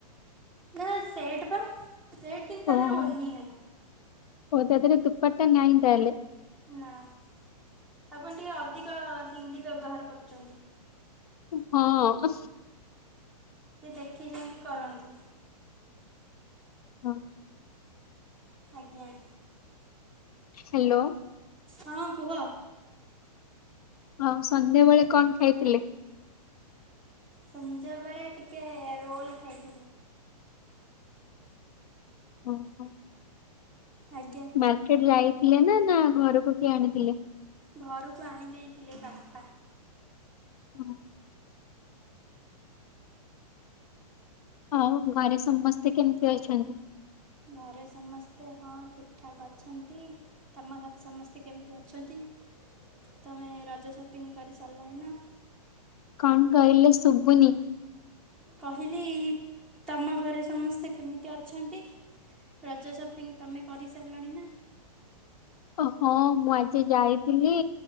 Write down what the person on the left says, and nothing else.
ଓହୋ
ଓ ତା ଦେହରେ ଦୁପଟା ନାହିଁ ତାହେଲେ
ହଁ।
ହଁ।
ହେଲୋ।
ଆଉ ସନ୍ଧ୍ୟାବେଳେ କଁ ଖାଇଥିଲେ?
ଓ ହୋ।
ମାର୍କେଟ୍ ଯାଇଥିଲେ ନା ନା ଘରକୁ କିଏ ଆଣିଥିଲେ?
ହୁଁ। ଆଉ ଘରେ ସମସ୍ତେ କେମ୍ ତି ଅଛନ୍ତି?
କଣ୍ କହିଲେ ସୁବୁନି?
ଓହୋ ମୁଁ ଆଜି ଯାଇଥିଲି।